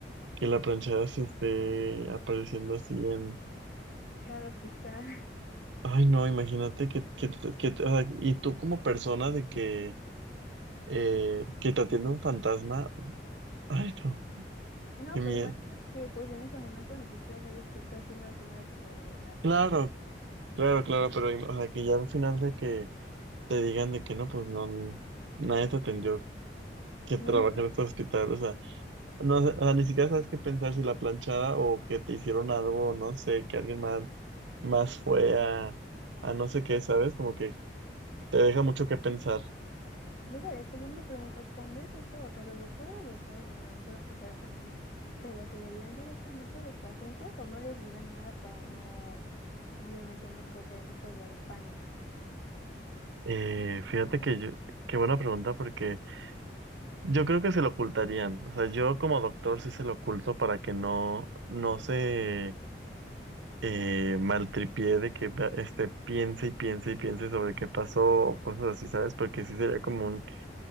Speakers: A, on the right; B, on the left.
A: que la planchada se esté apareciendo así en,
B: Claro, frita. <laughs>
A: ay no, imagínate que, que, que, o sea, y tú como persona de que eh, que te atiende un fantasma Ay, no,
B: No,
A: qué miedo.
B: pero imagínate que pues en este momento ni siquiera sabes que está siendo atendido por la plancha.
A: Claro, claro, claro, pero im- o sea, que ya al final de que te digan de que no, pues no, nadie te atendió que trabajé
B: Ujú.
A: en este hospital, o sea, no, sé, o sea, ni siquiera sabes qué pensar si la planchada o que te hicieron algo, no sé, que alguien más, más fue a, a no sé qué, ¿sabes? Como que te deja mucho que pensar.
B: Deja de esto, yo me pregunto, ¿cuándo es esto? O sea, los doctores lo saben y a lo mejor los que trabajan ahí, pero ¿se lo dirán directamente a los pacientes o no les dirán nada para no, obviamente no causar esto del pánico?
A: Eh, fíjate que yo, qué buena pregunta, porque yo creo que se lo ocultarían, o sea, yo como doctor sí se lo oculto para que no, no se eh, maltripié de que va- este, piense y piense y piense sobre qué pasó o cosas así, ¿sabes? Porque sí sería como un,